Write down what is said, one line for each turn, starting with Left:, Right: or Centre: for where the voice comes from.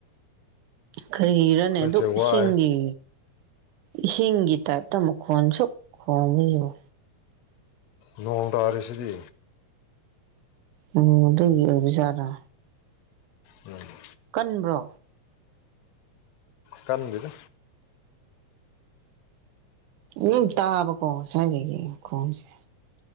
Right: ꯀꯔꯤꯔꯅꯦ
Left: ꯑꯩꯈꯣꯏꯁꯦ
Right: ꯗꯨꯛ
Left: ꯋꯥꯏ
Right: ꯏꯁꯤꯡꯒꯤ ꯏꯁꯤꯡꯒꯤ ꯇꯥꯏꯞꯇ ꯃꯈꯣꯟꯁꯨ ꯈꯣꯡꯕꯁꯤꯕꯨ
Left: ꯅꯣꯡꯇꯔꯤꯁꯤꯗꯤ
Right: ꯑꯣ ꯑꯗꯨ ꯑꯣꯕꯖꯠꯔ
Left: ꯎꯝ
Right: ꯀꯟꯕ꯭ꯔꯣ
Left: ꯀꯥꯟꯗꯦꯗ
Right: ꯎꯝ ꯇꯥꯕꯀꯣ ꯉꯁꯥꯏꯗꯒꯤ ꯃꯈꯣꯟꯁꯦ